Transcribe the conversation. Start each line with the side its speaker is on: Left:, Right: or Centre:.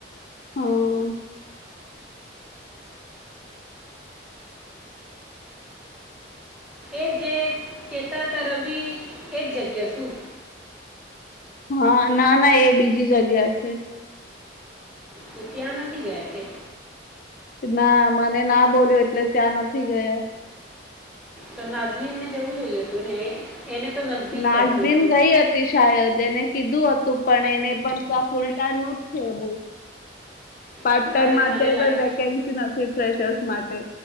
Left: હમ્મ.
Centre: એ જે કહેતા તા રવિ એ જ જગ્યા શું.
Left: હા, ના ના એ બીજી જગ્યા છે.
Centre: તો ત્યાં નથી ગયા કે?
Left: ના, મને ના બોલ્યો એટલે ત્યાં નથી ગયા.
Centre: તો નાઝીમને જવું જોઈએ હતું ને એને તો નજદીક
Left: નાઝબીન
Centre: પડતું હતું.
Left: ગઈ શાયદ એને કીધું હતું પણ એને પણ ત્યાં ફૂલ ટાઈમ નું જ છે <unintelligible> પાર્ટ
Centre: હતું
Left: ટાઈમ
Centre: અરે મને લાગે
Left: વેન નથી પ્રેશર્સ માટે.